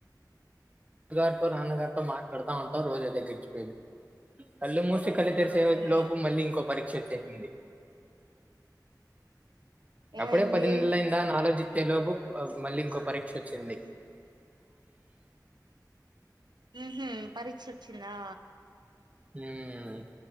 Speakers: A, on the right (about 20°); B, on the right (about 80°).
A: <unintelligible> నాన్నగారితో మాట్లాడుతా ఉంటాం రోజు ఇలా గడచిపోయింది కళ్ళు మూసి కళ్ళు తెరిసి వచ్చేలోపు
B: ఆ
A: మళ్ళీ ఇంకో పరీక్ష వచ్చేసింది.
B: ఏమైంది
A: అప్పుడే పది నెలలు అయిందా అని ఆలోచిచేలోపు మళ్లీ ఇంకో పరీక్షలు. చెన్నడి <unintelligible>
B: హు, హూ! పరీక్ష వచ్చిందా?
A: మ్!